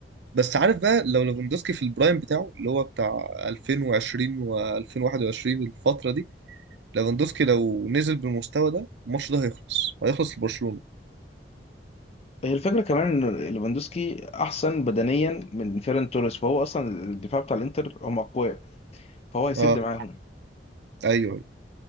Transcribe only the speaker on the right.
بس عارف بقى لو ليفاندوسكي في البرايم بتاعه اللي هو بتاع 2020 و2021 الفترة دي ليفاندوسكي لو نزل بالمستوى ده الماتش ده هيخلص هيخلص لبرشلونة
اه
ايوه أيوة.